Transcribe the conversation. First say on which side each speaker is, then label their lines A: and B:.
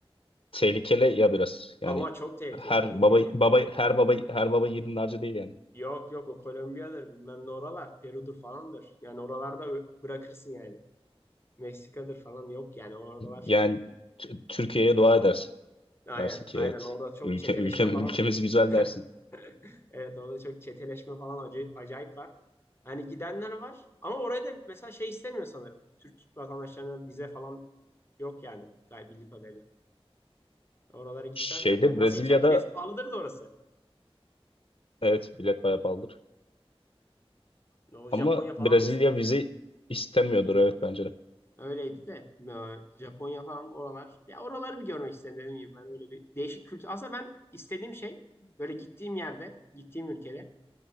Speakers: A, on the left (about 60°); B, on the left (about 25°).
A: tehlikeli ya biraz. Yani
B: Ama çok tehlikeli
A: her
B: dediğin
A: baba
B: gibi.
A: baba her baba her baba yiğidin harcı değil yani.
B: Yok yok o Kolombiya'dır bilmem ne oralar. Peru'dur falandır. Yani oralarda ö- bırakırsın yani. Meksika'dır falan yok yani oralar.
A: Yani t- Türkiye'ye dua edersin.
B: Aynen
A: Dersin ki
B: aynen
A: evet.
B: orada çok
A: Ülke,
B: çeteleşme
A: ülke, ülkemiz
B: falan.
A: güzel
B: <laughs>
A: dersin.
B: Evet orada çok çeteleşme falan acayip, acayip var. Hani gidenler var ama oraya da mesela şey istemiyor sanırım. Türk vatandaşlarına vize falan yok yani galiba bildiğim kadarıyla. Oralara gitsen
A: Şeyde
B: yani tabii nasıl
A: Brezilya'da
B: gideceksin? Bilet pahalıdır da orası.
A: evet bilet bayağı pahalıdır.
B: O Japonya
A: Ama
B: falan
A: Brezilya
B: da istemiyor.
A: vize istemiyordur evet bence de.
B: Öyleydi de e, Japonya falan oralar. Ya oraları bir görmek istedim dediğim gibi ben öyle bir değişik kültür. Aslında ben istediğim şey böyle gittiğim yerde, gittiğim ülkede